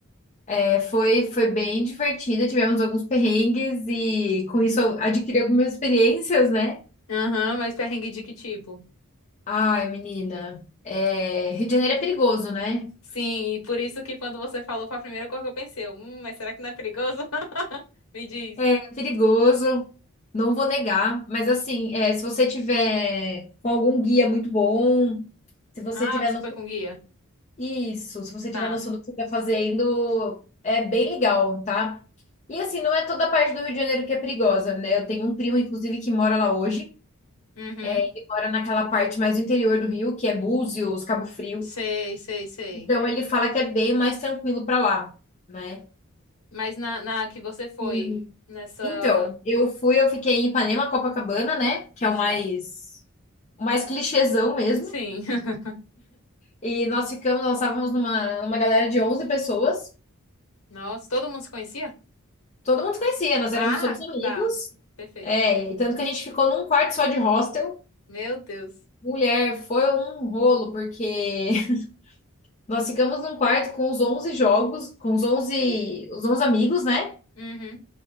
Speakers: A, on the left (about 30°); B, on the left (about 80°).
A: É, foi, foi bem divertida, tivemos alguns perrengues e com isso eu adquiri algumas experiências, né?
B: Aham, mas perrengue de que tipo?
A: Ai, menina, é, Rio de Janeiro é perigoso, né?
B: Sim, e por isso que quando você falou foi a primeira coisa que eu pensei, eu, hum, mas será que não é perigoso? <laughs> Me diz.
A: É perigoso, não vou negar, mas assim, é, se você tiver com algum guia muito bom, se você
B: Ah,
A: tiver
B: você
A: no
B: foi com guia?
A: Isso, se você
B: Tá.
A: tiver noção do que você está fazendo, é bem legal, tá? E assim, não é toda a parte do Rio de Janeiro que é perigosa, né? Eu tenho um primo, inclusive, que mora lá hoje,
B: Uhum.
A: e mora naquela parte mais do interior do Rio, que é Búzios, Cabo Frio.
B: Sei, sei, sei.
A: Então ele fala que é bem mais tranquilo pra lá, né?
B: Mas na, na que você foi
A: E
B: nessa.
A: então, eu fui, eu fiquei em Ipanema, Copacabana, né? Que é
B: Certo.
A: o mais, o mais clichêzão mesmo.
B: Sim. <laughs>
A: E nós ficamos, nós estávamos numa, numa galera de 11 pessoas.
B: Nossa, todo mundo se conhecia?
A: Todo mundo se conhecia, nós
B: Ah,
A: éramos todos amigos.
B: tá. Perfeito.
A: É, e tanto que a gente ficou num quarto só de hostel.
B: Meu Deus.
A: Mulher, foi um rolo, porque <laughs> nós ficamos num quarto com os onze jogos, com os onze, os 11 amigos, né?
B: Uhum.